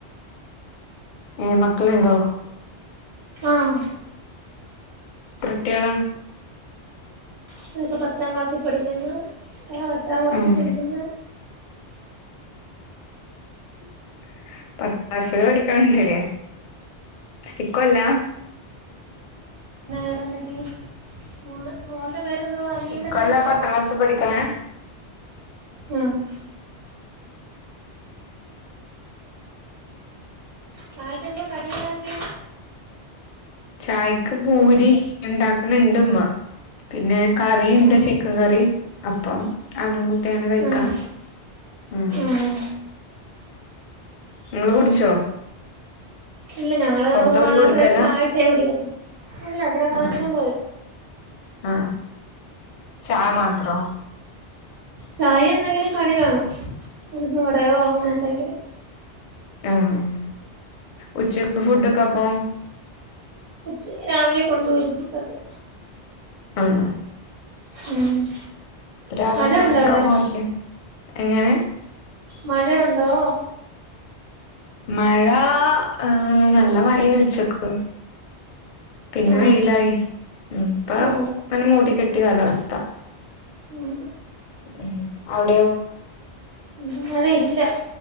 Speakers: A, on the left; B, on the right.
A: ഏ മക്കളുണ്ടോ?
B: ആഹ്
A: എത്രക്കുട്ടിയല്ല?
B: ഇവരൊക്കെ പത്താം ക്ലാസ്സിൽ പഠിക്കുന്ന ആ പത്താം ക്ലാസ്സിൽ
A: ഉം
B: പഠിക്കുന്ന
A: <inaudible> പാസ എടുക്കാനണ്ടല്ലേ എകൊല്ലം <unintelligible>
B: വേറെന്തോക്കെ മോൻ മോന്റെ <inaudible> അനിയന്റെ
A: ഇക്കൊല്ല
B: പേരെന്തുവാ
A: പത്താം ക്ലാസ് പഠിക്കണേ?
B: ആഹ് ചായെക്കെന്താ കടിയുണ്ടാക്കിയെ?
A: ചായക്ക് പൂരി ഉണ്ടാക്കണ ഇണ്ട്മ്മ പിന്നെ കറിണ്ട്
B: ആഹ്
A: ചിക്കൻ കറി അപ്പം അതുംകൂട്ടി അങ്ങനെ കഴിക്കണം.
B: ആഹ്
A: ഉം
B: ആഹ്
A: നിങ്ങള് കുടിച്ചോ?
B: ഇല്ല ഞങ്ങള്ൾ
A: പുറത്ത് പോയി
B: ആറരൊക്കെ
A: കുടിക്കല
B: ആയിട്ടേ കുടിക്കത്തും. അല്ല ഇവിടെ വാങ്ങിച്ചൊണ്ട്
A: ആ
B: വരും.
A: ആ ചായ മാത്രോ
B: ചായ എന്തെങ്കിലും കടി വണം ഉഴുന് വടയോ അങ്ങനെ എന്തെങ്കിലും
A: ആഹ ഉച്ച ഫുഡ്ഒക്കെ അപ്പ?
B: ഉച്ച് രാവിലെ കൊണ്ട വരും ഫുഡ്ഒക്കെ
A: ആഹ
B: ഉം
A: രാവിലെ
B: മഴയുണ്ടോ
A: എത്ര മണിക്കാ
B: അവിടെ
A: പോരല്ല് എങ്ങനെ?
B: മഴയുണ്ടോ?
A: മഴ ഏ നല്ല മഴെന്ന് ഉച്ചക്ക്. പിന്നെ
B: ആഹ്
A: വെയിലായി ഉ ഇപ്പ
B: ഓ
A: ഇങ്ങനെ മൂടി കെട്ടിയ കാലാവസ്ഥ
B: ഉം
A: മ് അവിടെയോ?
B: ഇവിടെ മഴയില്ല